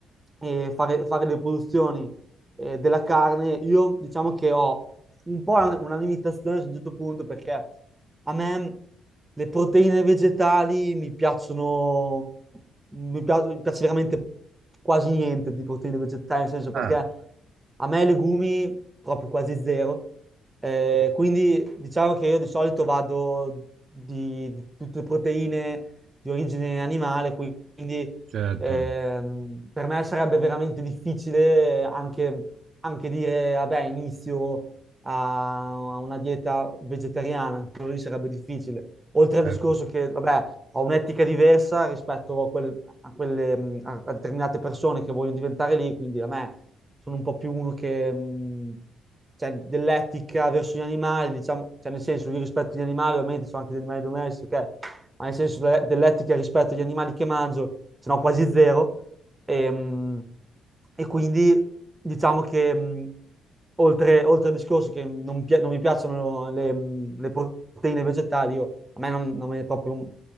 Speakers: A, on the right (about 15°); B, on the right (about 65°).
A: e fare, fare le produzioni eh, della carne, io diciamo che ho un po' una, una limitazione a un certo punto perché a me le proteine vegetali mi piacciono, mi pia- mi piace veramente quasi niente di proteine vegetali, nel senso perché
B: Ah,
A: a me i legumi proprio quasi zero. Eh, quindi diciamo che io di solito vado di, di tutte le proteine di origine animale, quindi
B: certo,
A: ehm, per me sarebbe veramente difficile anche, anche dire, vabbè, inizio a a una dieta vegetariana, anche quello lì sarebbe difficile. Oltre al
B: certo,
A: discorso che, vabbè, ho un'etica diversa rispetto a, quel- a quelle, mh, a- a determinate persone che vogliono diventare lì, quindi a me sono un po' più uno che, mh, cioè, dell'etica verso gli animali, diciamo, cioè, nel senso, io rispetto gli animali, ovviamente sono anche degli animali domestici, ok? Ma nel senso de- dell'etica rispetto agli animali che mangio, se no quasi zero. E, mh, e quindi diciamo che mh, oltre, oltre al discorso che non, pi- non mi piacciono le, mh, le proteine vegetali, io, a me non, non me ne è proprio